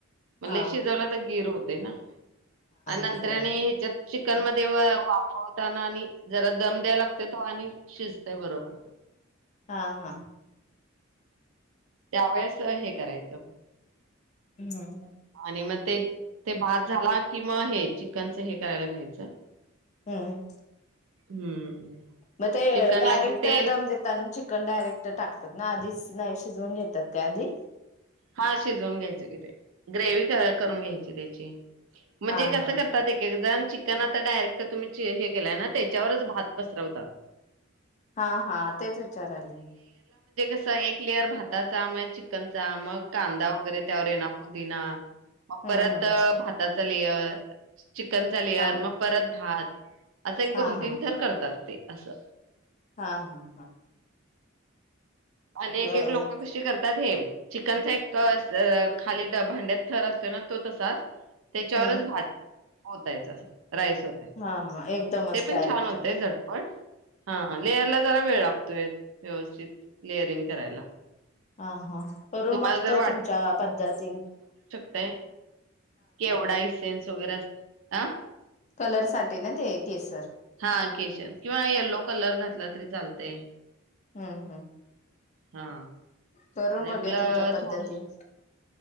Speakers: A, on the right (about 70°); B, on the left (about 35°).
A: म्हण
B: हा
A: शिजवला तर गीर होत ते ना. आणि नंतर्याने
B: हा होय
A: ह्याच्यात चिकन मध तेव्हा वाफवताना आणि जरा दम द्यायला लागते तो आणि शिजतय बरोबर
B: हा हा.
A: त्यावेेळेस हे करायचं
B: ह ह.
A: आणि मग ते ते भात झाला कि मग हे चिकनच हे करायला घ्यायचं
B: हम्म
A: हम्म
B: मग ते
A: चिकनला
B: डायरेक्ट
A: कसं तेल
B: दम देतातना चिकन डायरेक्ट टाकतात ना आधीच नाहीशीजोन येतात काय आधी
A: हा शिजवून घ्यायच किथ ग्रेवी करून घ्यायची त्याची म्हणजे
B: हा
A: कसं
B: हा
A: करतात एक एक जण चिकन आता डायरेक्ट तुम्ही हे केलाय ना त्याच्यावरच भात पसरवतात
B: हा हा तेच विचारले मी
A: तस एक लेअर भाताचांम चिकन आमक कांदा वगैरे त्यावर येणार पुदीिना मग
B: हम्म
A: परत
B: हम्म
A: भाता स्ल चिकन चा लेअर
B: हा
A: मग परत भात असं एक
B: हा
A: दोन
B: हा
A: तीन थर करतात ते असं
B: हा हा हा
A: आणि एक
B: बर
A: एक लोक कशी करतात हे चिकनचा एक खाली भांड्यात थर असतोय ना तो तसाच त्याच्यावरच
B: हम्म
A: भात होतायचं राईस होतय
B: हा हा एकदमच
A: ते पण
B: डायरेक्ट
A: छान होतेय झटपट हा लेरला जरा वेळ व्यवस्थित लेअरिंग करायला
B: हा हा करून
A: तुम्हाला
B: बघतो
A: जर
B: तुमच्या पद्धतीने
A: ते केवढा सेन्स वगैरे असते आह
B: कलरसाठीठी ना ते केसर
A: हा केशर किंवा यल्लो कलर घातला तरी चालतय
B: हम् हम्
A: हा
B: करून
A: आणि
B: बघया
A: आपलं
B: तुमच्या पद्धतीन
A: थोडं